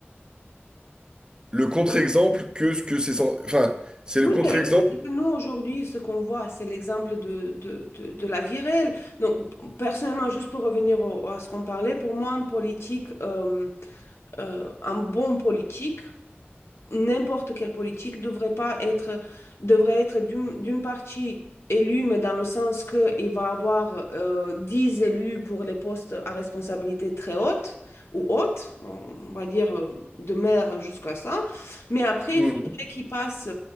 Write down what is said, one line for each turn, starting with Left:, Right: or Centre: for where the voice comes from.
Right: le contre-exemple que ce que c'est, sans- enfin, c'est le
Left: Oui,
Right: contre-exemple.
Left: mais le truc, c'est que nous, aujourd'hui, ce qu'on voit, c'est l'exemple de, de, de, de la vie réelle. Donc, p- personnellement, juste pour revenir au- à ce qu'on parlait, pour moi, un politique, euh, euh, un bon politique, n'importe quelle politique devrait pas être, devrait être d'une d'une partie élue, mais dans le sens qu'il va avoir euh, 10 élus pour les postes à responsabilité très haute ou haute, on va dire euh, de maire jusqu'à ça. Mais après,
Right: Mhm.
Left: il faudrait qu'ils passent